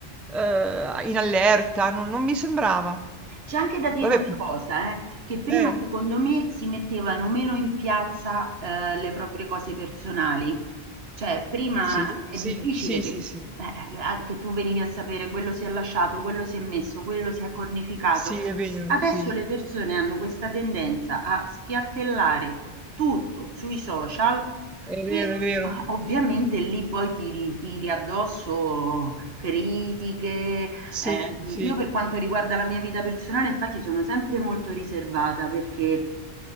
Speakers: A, in the centre; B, on the right.
A: ehm, in allerta, non non mi sembrava.
B: C'è anche da dire
A: Vabbè,
B: una
A: put
B: cosa, eh, che prima
A: eh,
B: secondo me si mettevano meno in piazza, eh, le proprie cose personali. Cioè, prima
A: sì,
B: è
A: sì,
B: difficile
A: sì,
B: che,
A: sì,
B: eh,
A: sì,
B: a- che tu venivi a sapere quello si è lasciato, quello si è messo, quello si è cornificato.
A: sì, è vero,
B: Adesso
A: sì,
B: le persone hanno questa tendenza a spiattellare tutto sui social
A: è vero,
B: e eh,
A: è vero,
B: ovviamente lì poi ti ritiri addosso critiche
A: sì,
B: Ehm,
A: sì.
B: io per quanto riguarda la mia vita personale, infatti, sono sempre molto riservata perché,